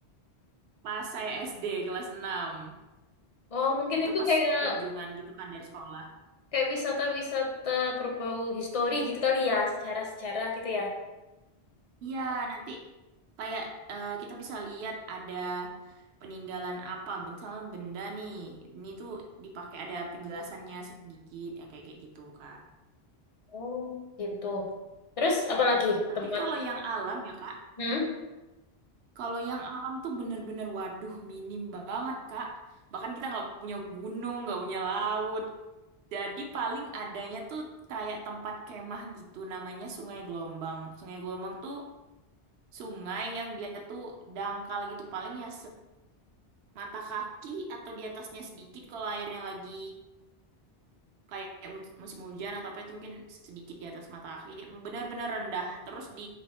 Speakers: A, on the right; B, on the left.
A: pas saya SD kelas enam
B: Oh, mungkin
A: Itu
B: itu
A: pas
B: kayak
A: kunjungan gitu kan dari sekolah.
B: kayak wisata-wisata berbau histori gitu kali ya, sejarah-sejarah gitu ya.
A: Iya, nanti kayak eh, kita bisa lihat ada peninggalan apa. Misalnya benda nih, ini tuh dipakai ada penjelasannya sedikit, ya kayak kayak gitu, Kak.
B: Oh, gitu. Terus apa lagi
A: Tapi
B: tempat?
A: kalau yang alam ya, Kak,
B: Hmm?
A: kalau yang alam tuh bener-bener waduh minim banget, Kak. Bahkan kita nggak punya gunung, nggak punya laut. Jadi paling adanya tuh kayak tempat kemah gitu namanya Sungai Gelombang. Sungai Gelombang tuh sungai yang dia tuh dangkal gitu paling ya semata kaki atau di atasnya sedikit kalau airnya lagi kayak mu- musim hujan atau apa itu mungkin sedikit di atas mata kaki. Dia Benar-benar rendah. Terus di